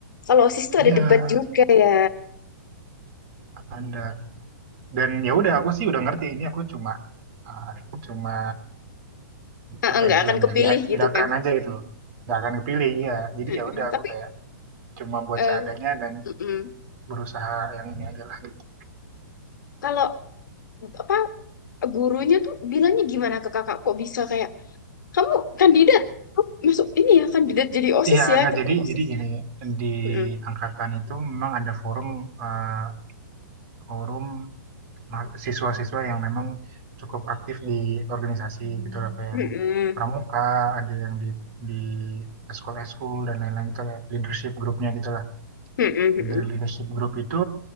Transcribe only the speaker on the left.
Kalau OSIS tuh
ada debat juga ya.
Eh,
Nggak
akan kepilih
gitu kan.
Mm-mm.
Tapi
eh,
mm-mm.
Kalau apa gurunya tuh bilangnya gimana ke kakak? Kok bisa kayak Kamu kandidat, kamu masuk ini ya kandidat jadi OSIS
ya,
ketua
OSIS.
Mm-mm.
Mm-mm.
Mm-mm. Mm-mm.